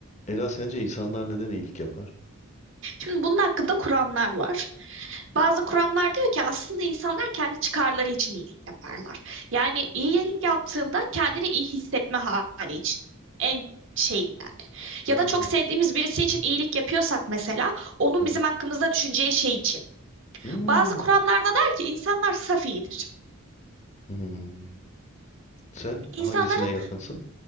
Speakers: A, on the left; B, on the right.
A: Ela sence insanlar neden iyilik yapar?
B: Şimdi bunun hakkında kuramlar var. Bazı kuramlar diyor ki aslında insanlar kendi çıkarları için iyilik yaparlar. Yani iyilik yaptığında kendini iyi hissetme hali için. En şeyinden.
A: Hmm,
B: Ya da çok sevdiğimiz birisi için iyilik yapıyorsak mesela onun
A: hı hı,
B: bizim hakkımızda düşüneceği şey için.
A: hmm,
B: Bazı kuramlarda der ki insanlar saf iyidir.
A: hmm. Sen
B: İnsanların
A: hangisine yakınsın?